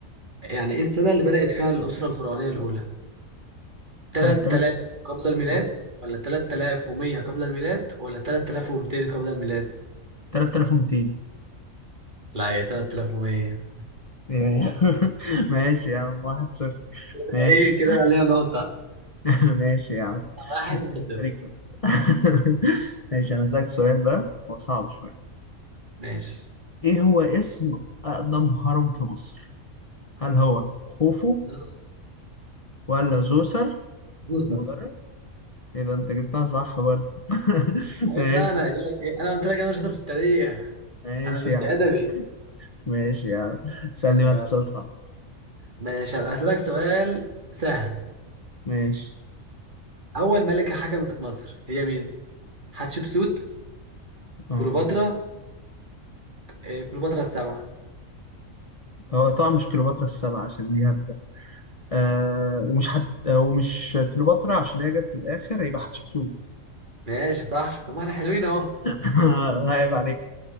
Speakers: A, on the right (about 35°); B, on the left (about 30°).
A: يعني ايه السنة اللي بدأت فيها الأسرة الفرعونية الأولى 3000
B: 3000 و-
A: قبل الميلاد
B: آه،
A: ولا 3100 قبل الميلاد ولا 3200 قبل الميلاد
B: 3200
A: لا هي 3100
B: إيه. <laughs> ماشي يا عم واحد صفر
A: ايه
B: ماشي
A: كده انا ليا نقطة
B: <laughs> ماشي يا عم
A: واحد انت
B: كده
A: صفر
B: أنت ليك نقطة. <laughs> ماشي انا اسالك سؤال بقى هو صعب شويه
A: ماشي
B: ايه هو اسم اقدم هرم في مصر هل هو خوفو
A: زوس
B: ولا زوسر
A: زوسة
B: المدرج ايه ده انت جبتها صح برضه <laughs>
A: عيب
B: ماشي
A: بقى انا قايل لك ايه انا قلت لك انا شاطر في التاريخ
B: ماشي
A: انا كنت
B: يا عم
A: ادبي
B: ماشي يا عم سألني بقى
A: يلا
B: سؤال صعب
A: ماشي هلا هسألك سؤال سهل
B: ماشي
A: اول ملكة حكمت مصر هي مين حتشبسوت كليوباترا
B: آه.
A: إيه كليوباترا السبعة
B: هو طبعا مش كليوباترا السبعة عشان دي هبدة آه. ومش حت... آه، ومش كليوباترا عشان هي جت في الآخر هيبقى حتشبسوت
A: ماشي صح طب ما احنا حلوين اهو
B: <laughs> عيب عليك